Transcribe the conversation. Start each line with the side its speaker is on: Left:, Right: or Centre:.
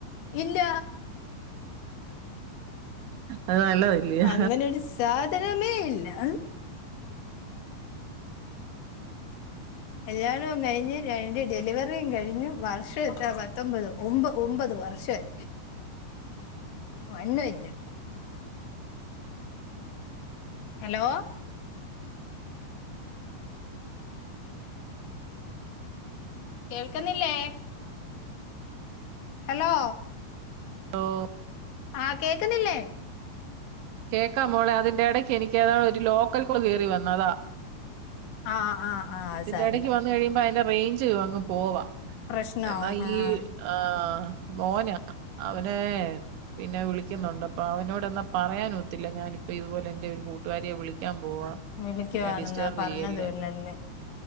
Left: ഇല്ല
Right: അത് നല്ലതല്ലിയോ
Left: അങ്ങനൊരു സാധനമേ ഇല്ലാ കല്യാണവും കഴിഞ്ഞ് രണ്ട് ഡെലിവറിയും കഴിഞ്ഞു വർഷം എത്രയാ പത്തൊമ്പത് ഒമ്പത് ഒമ്പത് വർഷം ഷായി വണ്ണം ഇല്ലാ ഹലോ കേൾക്കുന്നില്ലേ ഹലോ
Right: <unintelligible>
Left: ആഹ് കേക്കുന്നില്ലേ
Right: കേക്കാം മോളെ അതിന്റെ എടയ്ക്ക് എനിക്ക് ഒരു ലോക്കൽ കോള് കേറി വന്നു അതാ
Left: ആഹ് ആഹ് ആഹ്
Right: ഇതിന്റെ
Left: അത് സാരല്ല
Right: എടെക്ക് വന്ന് കഴിയുമ്പോ അതിൻ്റെ റേയിഞ്ച് അങ്ങ് പോവാ
Left: പ്രശ്നാവും
Right: എന്നാ
Left: ആഹ്
Right: ഈ ആഹ് മോനാ അവനെ പിന്നെ വിളിക്കുന്നൊണ്ട് അപ്പൊ അവനോട് എന്നാ പറയാൻ ത്തില്ലാ ഞാനിപ്പോ ഇതുപോലെ എന്റെ ഒരു കൂട്ടുകാരിയെ വിളിക്കാൻ പോവാ
Left: വിളിക്കുവാണെന്ന്
Right: എന്നെ ഡിസ്റ്റർബ്
Left: പറഞ്ഞതും
Right: ചെയ്യല്ലേ
Left: ഇല്ലല്ലേ